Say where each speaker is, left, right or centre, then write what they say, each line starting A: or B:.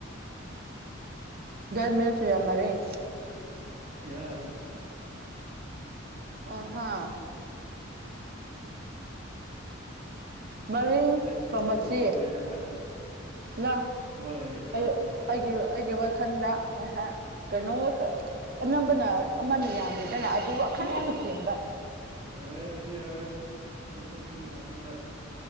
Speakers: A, on the right; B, on the right.
A: ꯗꯦꯠ ꯃꯤꯟꯁ <unintelligible>
B: ꯌꯥꯁ
A: ꯑꯍꯥ ꯃꯔꯤꯡ
B: ꯅꯪ ꯑꯩꯕꯨ
A: ꯐ꯭ꯔꯣꯝ
B: ꯈꯪꯗꯕ
A: ꯃꯆꯤ
B: ꯑꯣꯏꯔ
A: ꯂꯥ
B: ꯍꯣꯏ
A: ꯑꯩ
B: ꯍꯣꯏ ꯍꯣꯏ
A: ꯑꯩꯒꯤ ꯑꯩꯒꯤ ꯋꯥꯈꯟꯗ ꯉꯁꯥꯏ ꯀꯩꯅꯣꯝꯃ ꯈꯛ ꯑꯅꯝꯕꯅ ꯑꯃꯅ ꯌꯥꯝꯃꯤꯗꯅ ꯑꯗꯨ ꯈꯔꯈꯛ ꯆꯤꯡꯕ
B: ꯑꯦ ꯑꯗꯨ ꯌꯥꯔꯣꯏ ꯑꯗꯨ ꯈꯟꯒꯅꯨ ꯃꯊꯪꯗ